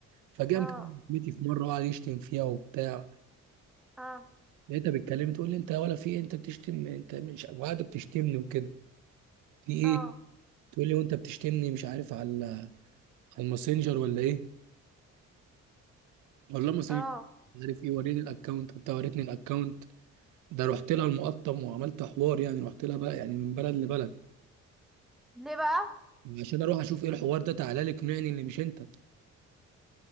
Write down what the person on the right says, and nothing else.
فجاء
مكلم صاحبتي في مره وقعد يشتم فيها وبتاع
لقيتها بتكلمني تقول لي انت ولا في إيه؟ انت بتشتم انت مش وقاعده بتشتمني وكده في ايه
تقول لي وانت بتشتمني مش عارف على على الماسنجر ولا ايه والله ماسنجر
مش عارف ايه وريني الاكونت وبتاع وريتني الاكونت ده رحت لها المقطم وعملت حوار يعني رحت لها بقى يعني من بلد لبلد
عشان اروح اشوف ايه الحوار ده تعالى لي اقنعني اللي مش انت